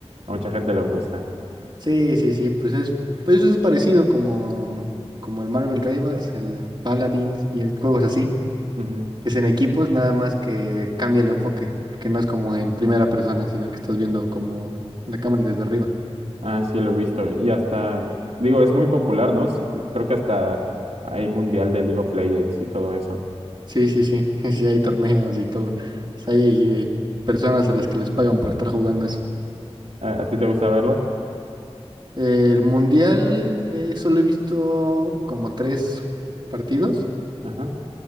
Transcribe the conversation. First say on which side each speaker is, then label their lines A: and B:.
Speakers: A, on the right; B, on the right.
A: a mucha gente le gusta.
B: Sí, sí, sí, pues es, pues es parecido como, como el Marvel Rivals, el Paladins y el juegos así.
A: Ujú.
B: Es en equipos, nada más que cambia el enfoque, porque no es como en primera persona, sino que estás viendo como la cámara desde arriba.
A: Ah, sí, lo he visto. Y hasta, digo, es muy popular, ¿no? Sí, Creo que hasta hay mundial de League of Legends y todo eso.
B: Sí, sí, sí, <laughs> sí hay torneos y todo. O sea, hay, eh, personas a las que les pagan por estar jugando eso.
A: ¿A, a ti te gusta verlo?
B: El mundial eh, solo he visto como tres partidos,
A: Ajá.